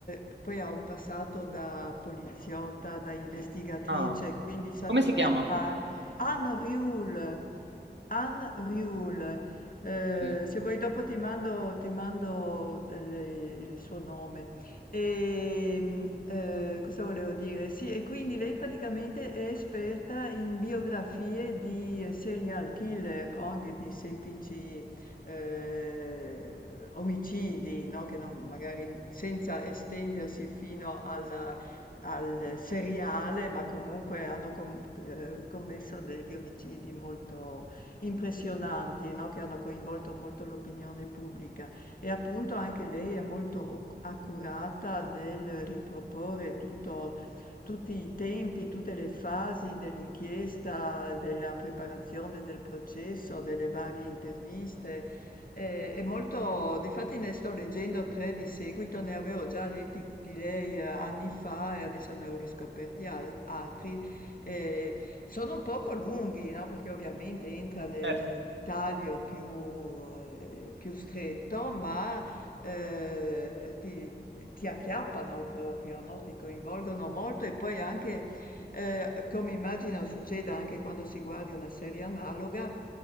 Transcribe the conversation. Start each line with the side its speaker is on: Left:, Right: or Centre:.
Left: p poi ha un passato da poliziotta, da investigatrice,
Right: Ah,
Left: quindi sa
Right: come
Left: di
Right: si
Left: cosa
Right: chiama?
Left: par Anne Riul, Anne Riul. Uhm,
Right: Ok.
Left: se vuoi dopo ti mando ti mando, ehm, le il suo nome. Ehm, uhm, cosa volevo dire? Sì, e quindi lei praticamente è esperta in biografie di serial killer o anche di semplici, uhm, omicidi, no, che non magari senza estendersi fino alla al seriale, ma comunque hanno com uhm, commesso degli omicidi molto impressionanti, no, che hanno coinvolto molto l'opinione pubblica. E appunto anche lei è molto oc accurata nel riproporre tutto tutti i tempi, tutte le fasi dell'inchiesta, della preparazione del processo, delle varie interviste. Ehm, è molto difatti ne sto leggendo 3 di seguito, ne avevo già letti di lei eh, anni fa e adesso ne ho riscoperti al altri, ehm, sono un poco lunghi, no, perché ovviamente entra nel
Right: Certo.
Left: dettaglio più, ehm, più stretto, ma, ehm, ti ti acchiappano proprio, no, ti coinvolgono molto e poi anche, ehm, come immagino succeda anche quando si guardi una serie analoga,